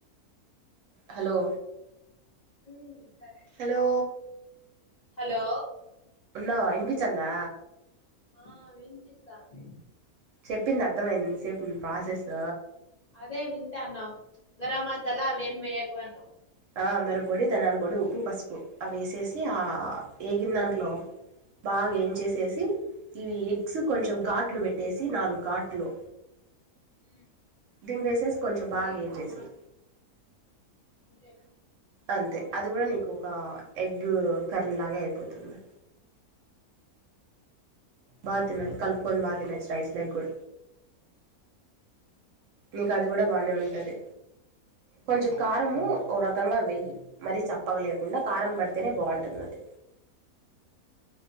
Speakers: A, on the right; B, on the left.
A: హలో
B: ఉమ్, సరే
A: హలో
B: హలో
A: ఉన్నావా ఇనిపిచందా
B: ఆ వినిపిస్తాంది
A: చెప్పింది అర్థమైయిందాఇంత సేపు నీ ప్రాసెసు
B: అదే వింటాన్న గరం మసాలా అవేం వేయకు అన్నవ్
A: ఆ మిరప పొడి ధనయాల పొడి ఉప్పు పసుపు అవి వేసేసి ఆ ఏగిన దాంట్లో బాగా ఏంచేసేసి ఇవి ఎగ్స్ కొంచెం ఘాట్లు పెట్టేసి నాలుగు ఘాట్లు
B: ఉమ్
A: దింపేసేసి కొంచం బాగా ఎంచేసేయి
B: అంతేనా
A: అంతే అది కూడా నీకు ఒక ఎగ్ కర్రీలాగే అయిపోతుంది బా తినం కలుపుకొని బా తినచ్చు రైస్ లో గు నీకు అది కూడా బానే ఉంటది కొంచెం కారము ఒ రకంగా వెయ్యి మరీ చప్పక లేకుండా కారం పడితేనే బాగుంటది అది